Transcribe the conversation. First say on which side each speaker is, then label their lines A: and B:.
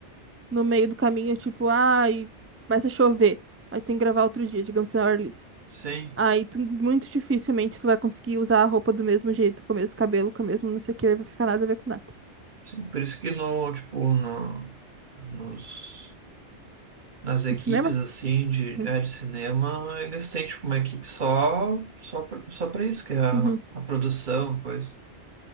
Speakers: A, on the right; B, on the right.
A: no meio do caminho, tipo, ah, e começa a chover. Aí tem que gravar outro dia, digamos assim, ao ar livre.
B: sim,
A: Aí tu, muito dificilmente tu vai conseguir usar a roupa do mesmo jeito, com o mesmo cabelo, com o mesmo não sei o que, vai ficar nada a ver com nada.
B: sim, por isso que no, tipo, no, nos... nas equipes
A: No cinema?
B: assim de,
A: Uhum.
B: é, de cinema, eles têm tipo uma equipe só só pra- só para isso, que é a,
A: Uhum.
B: a produção, coisa.